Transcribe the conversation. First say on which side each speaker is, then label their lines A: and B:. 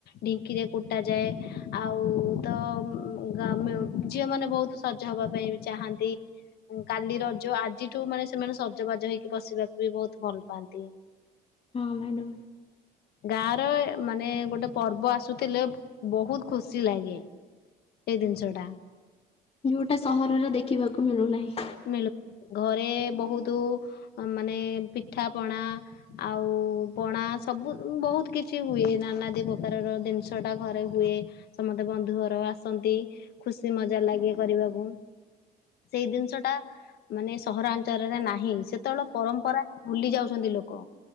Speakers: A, on the left; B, on the left.
A: ଢିଙ୍କିରେ କୁଟାଯାଏ ଆଉ ତ ଉଁ ଗାଁ ମ୍ୟୁଟ ଝିଅ ମାନେ ବହୁତ ସଜ ହବା ପାଇଁ ଚାହାନ୍ତି। କାଲି ର ଯୋଉ ଆଜିଠୁ ମାନେ ସେମାନେ ସଜବାଜ ହେଇକି ବସିବାକୁ ବି ବହୁତ ଭଲ ପାଆନ୍ତି।
B: ହଁ ମ୍ୟାଡ଼ାମ୍।
A: ଗାଁ ର ମାନେ ଗୋଟେ ପର୍ବ ଆସୁଥିଲେ ବହୁତ ଖୁସି ଲାଗେ। ଏଇ ଦିନଷଟା।
B: ଯୋଉଟା ସହରରେ ଦେଖିବାକୁ ମିଳୁନାହିଁ।
A: ମିଳୁ ଘରେ ବହୁତ ମାନେ ପିଠା ପଣା ଆଉ ପଣା ସବୁ ବହୁତ କିଛି ହୁଏ। ନାନାଦି ପ୍ରକାରର ଜିନିଷ ଟା ଘରେ ହୁଏ। ସମତେ ବନ୍ଧୁଘର ଆସନ୍ତି ଖୁସି ମଜା ଲାଗେ କରିବାକୁ। ସେଇ ଜିନିଷ ଟା ମାନେ ସହରାଞ୍ଚଳରେ ନାହିଁ ସେତେବେଳେ ପରମ୍ପରା ଭୁଲି ଯାଉଛନ୍ତି ଲୋକ।